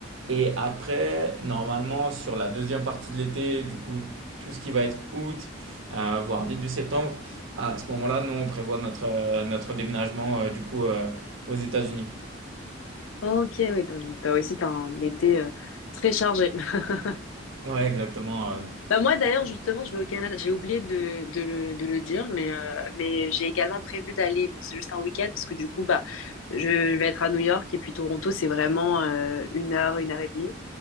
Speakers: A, on the right (about 80°); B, on the left (about 85°).
A: et après, normalement, sur la deuxième partie de l'été, du coup, tout ce qui va être août, euh, voire début septembre, à ce moment-là, nous, on prévoit notre, euh, notre déménagement, euh, du coup, euh, aux États-Unis.
B: Ok, oui, donc t'as aussi t'as un été euh, très chargé. <laughs>
A: Ouais, exactement. euh.
B: Bah moi, d'ailleurs, justement, je vais au Canada. J'ai oublié de, de, le, de le dire, mais, euh, mais j'ai également prévu d'aller. Bon, c'est juste un week-end parce que du coup, bah, je vais être à New York et puis Toronto, c'est vraiment euh, une heure, une heure et demie